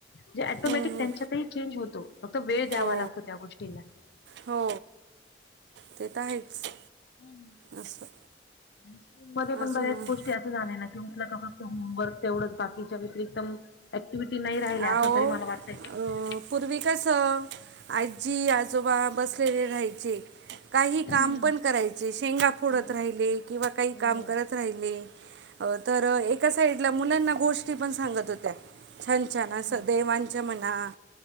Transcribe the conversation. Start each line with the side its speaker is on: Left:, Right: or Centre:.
Left: जे आटोमॅटिक
Right: हं, हं.
Left: त्यांच्यातही चेंज होतो फक्त वेळ द्यावा
Right: हो
Left: लागतो त्या गोष्टीला
Right: हो ते तर आहेच
Left: हम्म
Right: असं,
Left: आणि स्कूल मध्ये पण
Right: अजून
Left: बऱ्याच गोष्टी असतात. ना कीठलं का फक्त होमवर्क तेवढंच बाकीच्या व्यतरिक्त <inaudible> ऍक्टिव्हटी नाही राहिल्या
Right: आहो
Left: असं तरी
Right: अ,
Left: मला वाटतं.
Right: पूर्वी कस आजी आजोबा बसलेले राहायचे. काही
Left: हम्म
Right: काम पण करायचे, शेंगा फोडत
Left: हो
Right: राहिले किंवा काही
Left: हो
Right: काम करत राहिली, तर एका साइडला मुलांना गोष्टी पण सांगत होत्या छ ज्यांना
Left: हम्म
Right: असं देवांचं म्हणा